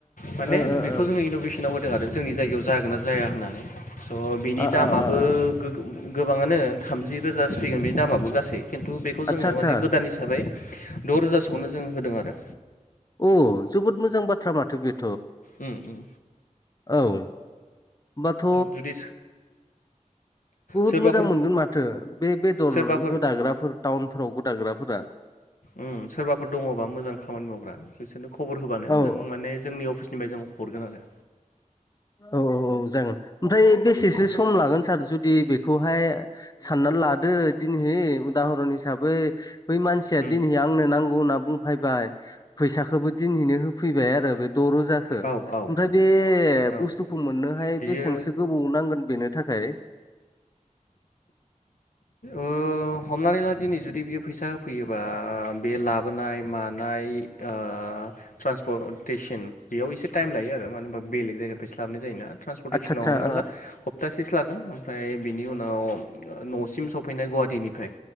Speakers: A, on the left (about 75°); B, on the left (about 30°).
A: माने
B: ओ
A: बेखौ
B: ओ
A: जोंङो इन'भेसन नाव होदो आरो जोंनि जायगायाव जागोन ना जाया होननानै स' बिनि
B: आ
A: दामा
B: आ
A: बो
B: आ
A: गो गो गोबांआनो थामजि रोजासो फैगोन बे दामाबो गासै केन्तु बे खौ
B: आदसा
A: जोङो
B: आदसा
A: माने गोदान हिसाबै द' रोजासोआवनो जों होदों आरो
B: अ जोबोद मोजां बाथ्रा माथो बे
A: उम उम
B: औ बाथ'
A: जुदि
B: बुहुत
A: सोरबाफोर
B: मोजां मोनगोन माथो बे बेदर
A: सोरबाफोर
B: गोदाग्राफोर टाउनफोराव गोदाग्राफोरा
A: उम सोरबाफोर दङबा मोजां खामानि मावग्रा बिसोरनो खबर होबानो
B: औ
A: जों
B: औ
A: माने जोंनि अफिस निफ्राय जों हरगोन आरो।
B: औ औ औ जागोन ओमफ्राय बेसेसो
A: औ
B: सम लागोन सार जुदि बे खौहाय साननानै लादो दिनहि। उदाहरन हिसाबै बै मानसिया
A: उम
B: दिनै आंनो नांगौ होनना बुं फायबाय फैसाखोबो दिनिनो होफैबाय आरो बे द' रोजाखो
A: औ औ
B: ओमफ्राय बे बे बुस्थुखौ
A: औ
B: मोननोहाय
A: बियो
B: बेसांसो गोबाव नांगोन बेनो थाखाय?
A: ओ हमनानै ला दिनै जुदि बेयो फैसा फैयोबा बे लाब लाबोनाय मानाय ओ ट्रान्सप'टेसन बेयाव एसे टाइम लायो आरो। मानो होनबा बेलेग जायगाफ्रायसो लाबोनाय जायोना ट्रेन्सपरटेसनाव
B: आदसा
A: हमनानै
B: आदसा
A: ला हप्तासेसो लागोन ओमफ्राय। बेनि उनाव नसिम सफैनाय गुवाहाटीनिफ्राय